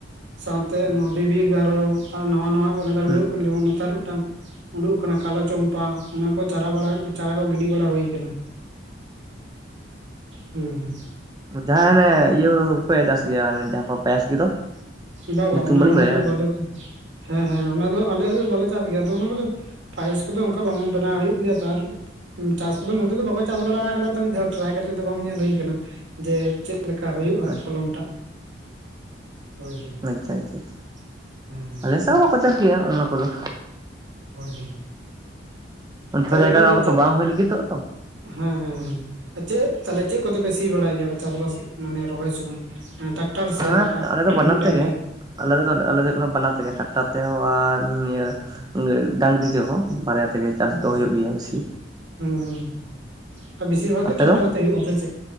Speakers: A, on the right (about 80°); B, on the right (about 20°).
A: ᱥᱟᱶᱼᱼ ᱛᱮ
B: ᱦᱩᱸ
A: ᱫᱤᱵᱤ ᱮᱜᱟᱨᱚ ᱟᱨ ᱱᱟᱣᱟ ᱱᱟᱣᱟ ᱠᱚ ᱱᱮᱛᱟᱨ
B: ᱦᱩᱸ
A: ᱩᱰᱩᱠ ᱟᱠᱟᱱᱟ ᱡᱮᱢᱚᱱ ᱱᱮᱛᱟᱨ ᱢᱮᱫᱴᱟᱝ᱾ ᱩᱰᱩᱠ ᱟᱠᱟᱱᱟ ᱠᱟᱞᱚ ᱪᱚᱢᱯᱟ ᱚᱱᱟ ᱠᱚ ᱪᱟᱨᱟ ᱪᱟᱨᱟ ᱠᱚ ᱜᱤᱰᱤ ᱵᱟᱲᱟ ᱦᱩᱭ ᱠᱟᱱᱟ᱾ ᱦᱩᱸ ᱦᱩᱸ
B: ᱡᱟᱸᱦᱟ ᱚᱱᱮ ᱤᱭᱟᱹ ᱦᱩᱲᱩ ᱫᱚᱯᱮ ᱪᱟᱥ ᱜᱮᱭᱟ ᱚᱱᱟ ᱡᱟᱸᱦᱟ ᱠᱚ ᱯᱟᱭᱮᱥ ᱜᱮᱫᱚ᱾
A: ᱵᱟᱵᱟ
B: ᱧᱩᱛᱩᱢ
A: ᱚᱱᱟ
B: ᱵᱟᱹᱞᱤᱧ
A: ᱦᱳᱲᱳ
B: ᱵᱟᱲᱟᱭᱟ
A: ᱫᱚ ᱵᱟᱞᱮ ᱪᱟᱥ ᱦᱮᱸ ᱦᱮᱸ ᱚᱱᱟ ᱫᱚ ᱟᱞᱮᱜᱮ ᱵᱟᱞᱮ ᱪᱟᱥ ᱜᱮᱭᱟ ᱟᱫᱚ ᱚᱱᱟ ᱠᱚᱫᱚ᱾ ᱯᱟᱭᱮᱥ ᱠᱚᱫᱚ ᱚᱱᱠᱟ ᱵᱟᱝ ᱵᱮᱱᱟᱣ ᱦᱳᱭᱳᱜ ᱜᱮᱭᱟ ᱛᱚ ᱟᱨ᱾ ᱪᱟᱥ ᱠᱚᱫᱚ ᱱᱚᱛᱮ ᱫᱚ ᱵᱟᱠᱚ ᱪᱟᱥ ᱵᱟᱲᱟ ᱠᱟᱫᱟ ᱛᱚ ᱢᱤᱫ ᱫᱷᱟᱣ ᱴᱮᱨᱟᱭ ᱠᱟᱛᱮᱜ ᱫᱚ ᱵᱟᱝ ᱧᱮᱞ ᱦᱩᱭ ᱟᱠᱟᱱᱟ ᱡᱮ ᱪᱮᱫ᱾ ᱪᱮᱫ ᱞᱮᱠᱟ ᱦᱩᱭᱩᱜ-ᱟ
B: ᱟᱪᱪᱷᱟ
A: ᱯᱷᱚᱞᱚᱱ ᱴᱟᱜ᱾ ᱦᱳᱭ ᱦᱳᱭ
B: ᱟᱪᱪᱷᱟ ᱟᱪᱪᱷᱟ ᱟᱪᱪᱷᱟ,
A: ᱦᱮᱸ
B: ᱟᱞᱮᱥᱮᱫ ᱦᱚᱸ ᱵᱟᱠᱚ ᱪᱟᱥ ᱜᱮᱭᱟ ᱚᱱᱟ ᱠᱚᱫᱚ᱾
A: ᱦᱳᱭ ᱦᱳᱭ
B: ᱟᱹᱱᱛᱷᱟᱲᱟ
A: ᱛᱟᱦᱞᱮ
B: ᱡᱟᱭᱜᱟ
A: ᱟᱯᱮ
B: ᱨᱮ
A: ᱫᱚ
B: ᱚᱱᱟ ᱠᱚᱛᱚ
A: ᱪᱮᱫ
B: ᱵᱟᱝ ᱦᱩᱭ ᱞᱟᱹᱜᱤᱫᱚᱜ-ᱟ ᱛᱚ᱾
A: ᱦᱮᱸ ᱦᱮᱸ ᱦᱮᱸ ᱪᱮᱫ ᱛᱟᱞᱦᱮ ᱪᱮᱫ ᱠᱚᱛᱮᱯᱮ ᱥᱤ ᱵᱟᱲᱟᱭ ᱜᱮᱭᱟ ᱪᱟᱥᱵᱟᱥ ᱢᱟᱱᱮ ᱨᱚᱦᱚᱭ ᱥᱚᱢᱚᱭ ᱴᱟᱠᱼᱼ ᱴᱟᱨ ᱥᱮ
B: ᱦᱮᱸ
A: ᱚᱱᱠᱟ
B: ᱟᱞᱮ ᱫᱚ ᱵᱟᱱᱟᱨ
A: ᱰᱟᱝᱨᱤ᱾
B: ᱛᱮᱜᱮ ᱟᱞᱮ ᱫᱚ ᱟᱞᱮ ᱫᱚ ᱵᱟᱱᱟᱨ ᱛᱮᱜᱮ ᱴᱨᱟᱠᱴᱟᱨ ᱛᱮᱦᱚ ᱟᱨ ᱱᱤᱭᱟᱹ᱾ ᱰᱟᱝᱨᱤ ᱛᱮᱸᱦᱚ ᱵᱟᱨᱭᱟ ᱛᱮᱜᱮ᱾ ᱪᱟᱥ
A: ᱦᱩᱸ
B: ᱫᱚ ᱦᱩᱭᱩᱜ ᱜᱮᱭᱟ ᱵᱮᱥᱤ
A: ᱦᱩᱸ ᱟᱨ ᱵᱮᱥᱤᱨ ᱵᱷᱟᱜᱽ
B: ᱟᱯᱮ
A: ᱜᱮ ᱴᱨᱟᱠᱴᱟᱨ
B: ᱫᱚ
A: ᱛᱮ ᱦᱩᱭᱩᱜ-ᱟ ᱥᱮᱪᱮᱫ᱾